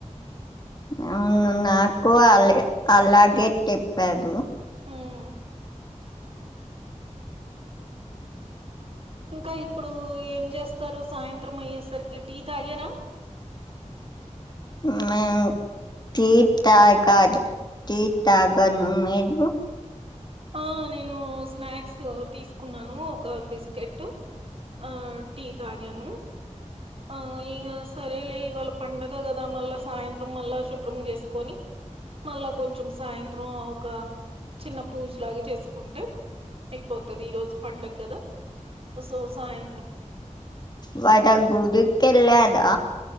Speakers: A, on the left (about 35°); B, on the right (about 50°).
A: అవునవును నాకు అల్లే అలాగే తెప్పారు
B: ఉమ్. ఇంకా ఇప్పుడు ఏం చేస్తారు సాయంత్రం అయ్యేసరికి టీ తాగ్యరా
A: మ్మ్ మేము టీ తాగాదు టీ తాగాను మీరు
B: ఓ నేను స్నాక్స్ తీసుకున్నాను ఒక బిస్కెటు ఆ టీ తాగాను ఆ ఇక సరేలే ఇవాళ పండగ కదా మళ్ళా సాయంత్రం మళ్ళా శుభ్రం చేసుకొని మళ్ళా కొంచెం సాయంత్రం ఒక చిన్న పూజ లాగా చేసుకుంటే అయిపోతాది ఈరోజు పండగద సో సాయంత్రం
A: వద గుదికేళ్ళదా